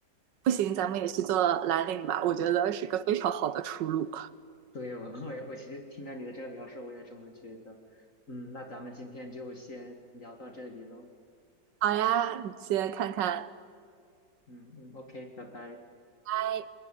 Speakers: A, on the right; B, on the left.
A: 不行，咱们也去做蓝领吧，我觉得是个非常好的出路。
B: 对，我我也我其实听到你的这个描述，我也这么觉得。嗯，那咱们今天就先聊到这里了。
A: 好呀，你先看看，
B: 嗯嗯，OK，拜拜。
A: 嗨。